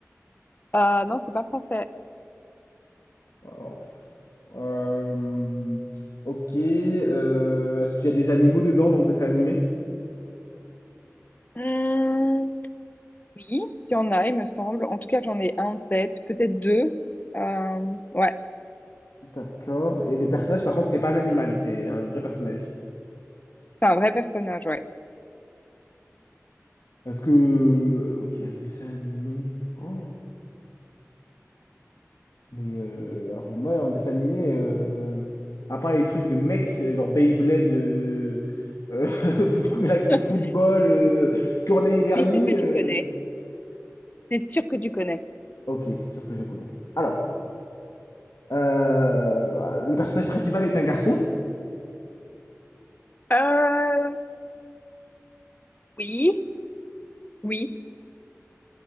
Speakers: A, on the left; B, on the left.
A: euh, non, c'est pas français.
B: Alors, euh, ok. euh, est-ce qu'il y a des animaux dedans dans le dessin animé?
A: Hmm, oui, il y en a, il me semble. En tout cas, j'en ai un en tête, peut-être deux. Euh, ouais,
B: D'accord. Et le personnage, par contre, c'est pas un animal, c'est un vrai personnage.
A: c'est un vrai personnage, ouais.
B: Est-ce que... euh, Ok, un dessin animé. Oh, mais euh, alors moi, un dessin animé, euh, à part les trucs de mecs, euh, genre Beyblade, euh, euh, <laughs> Galactic
A: <laughs>
B: Football, euh, Corneille et Bernie,
A: Je suis sûre que
B: euh,
A: tu connais. C'est sûr que tu connais.
B: ok, c'est sûr que je connais. Alors, euh, le personnage principal est un garçon.
A: Euh, oui, oui,